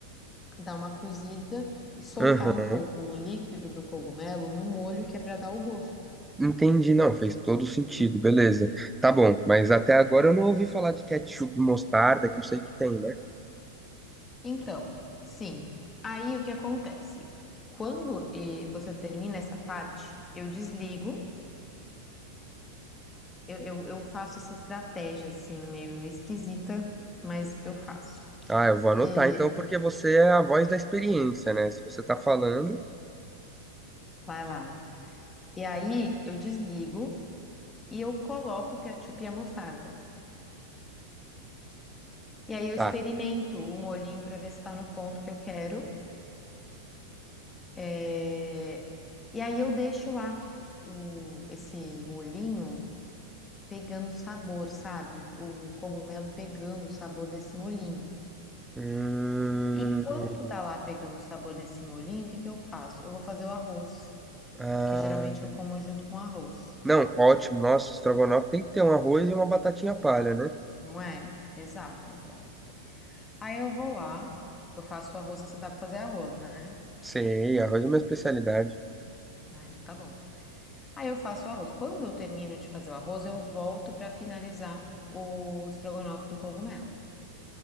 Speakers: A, on the left; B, in the centre.
A: dar uma cozida e soltar
B: Aham,
A: um pouco o líquido do cogumelo no molho que é para dar o gosto.
B: entendi. Não, fez todo sentido, beleza. Tá bom, mas até agora eu não ouvi falar de ketchup e mostarda, que eu sei que tem, né?
A: Então, sim, aí o que acontece? Quando eh, você termina essa parte, eu desligo, eu, eu, eu faço essa estratégia assim, meio esquisita, mas eu faço.
B: Ah, eu vou anotar
A: Eh,
B: então, porque você é a voz da experiência, né? Se você tá falando,
A: vai lá. E aí eu desligo e eu coloco o ketchup e a mostarda. E aí eu
B: tá.
A: experimento o molhinho para ver se está no ponto que eu quero. É, E aí eu deixo lá o... esse molinho pegando o sabor, sabe? O cogumelo pegando o sabor desse molinho.
B: Hum,
A: Enquanto tá lá pegando o sabor desse molinho, o que que eu faço? Eu vou fazer o arroz,
B: ah.
A: porque geralmente eu como junto com arroz,
B: Não, ótimo. Nossa, estrogonofe tem que ter um arroz e uma batatinha palha, né?
A: não é? Exato, então. Aí eu vou lá, eu faço o arroz, você sabe fazer arroz, né?
B: Sei, arroz é minha especialidade.
A: Ah, então tá bom. Aí eu faço o arroz. Quando eu termino de fazer o arroz, eu volto para finalizar o estrogonofe do cogumelo.